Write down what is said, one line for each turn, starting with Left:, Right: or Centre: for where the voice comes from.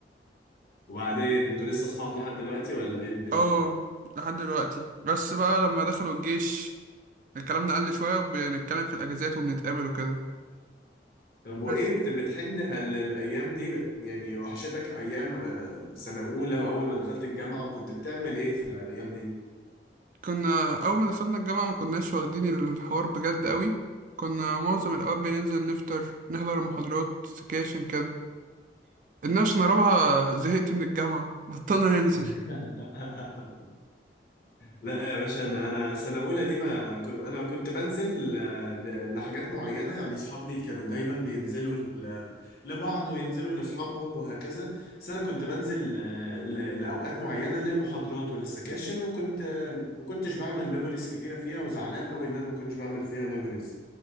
Left: وبعدين انتوا لسه اصحاب لحد دلوقتي ولا ايه الدنيا
Right: اه لحد دلوقتي بس بقى لما دخلوا الجيش كلامنا قل شوية وبنتكلم في الاجازات وبنتقابل وكده
Left: طب وايه
Right: بس
Left: بت- بتحن هل الايام دي بت يعني وحشتك ايام آه، سنه اولى اول ما دخلت الجامعه وكنت بتعمل ايه في الايام دي
Right: كنا أول ما دخلنا الجامعة ما كناش واخدين الحوار بجد قوي كنا معظم الأوقات بننزل نفطر نحضر المحاضرات سكاشن كده الناس أنا رابعة زهقت من الجامعة بطلنا ننزل
Left: <laughs> لا يا باشا انا انا سنه اولى دي ما كنت انا كنت بنزل آه، ل- لحاجات معينه يعني اصحابي كانوا دايما بينزلوا ل- لبعض وينزلوا لاصحابهم وهكذا بس انا كنت بنزل آه، ل- لاوقات معينه للمحاضرات وللسكاشن وكنت آه، ما كنتش بعمل ميموريز كتيره فيها وزعلان قوي ان انا ما كنتش بعمل فيها ميموريز